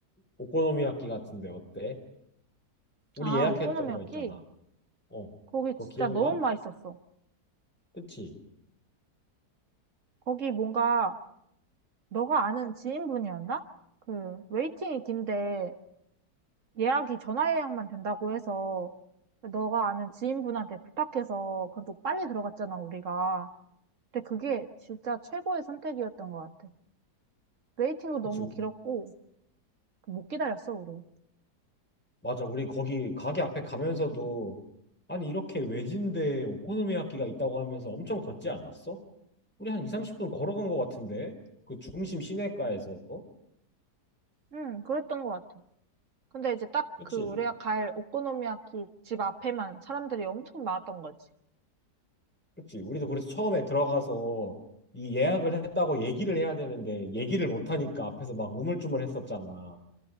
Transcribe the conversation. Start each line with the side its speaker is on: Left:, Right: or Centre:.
Centre: 오코노미야끼 같은데 어때? 우리
Right: 아,
Centre: 예약했던
Right: 오코노미야키?
Centre: 거 있잖아. 어,
Right: 거기
Centre: 그거
Right: 진짜
Centre: 기억나?
Right: 너무 맛있었어.
Centre: 그치?
Right: 거기 뭔가, 너가 아는 지인분이었나? 그, 웨이팅이 긴데, 예약이 전화 예약만 된다고 해서, 너가 아는 지인분한테 부탁해서, 그래도 빨리 들어갔잖아, 우리가. 근데 그게 진짜 최고의 선택이었던 것 같아. 웨이팅도 너무
Centre: 그치? 우-
Right: 길었고, 못 기다렸어, 우리.
Centre: 맞아. 우리 거기 가게 앞에 가면서도 아니 이렇게 외진데 오코노미야끼가 있다고 하면서 엄청 걷지 않았어? 우리 한 2, 30분 걸어간 것 같은데? 그 중심 시내가에서.
Right: 응, 그랬던 것 같아. 근데 이제 딱
Centre: 그치?
Right: 그 우리가 갈 오코노미야키 집 앞에만 사람들이 엄청 많았던 거지.
Centre: 그치? 우리도 그래서 처음에 들어가서 이 예약을 했다고 얘기를 해야 되는데 얘기를 못하니까 앞에서 막 우물쭈물 했었잖아.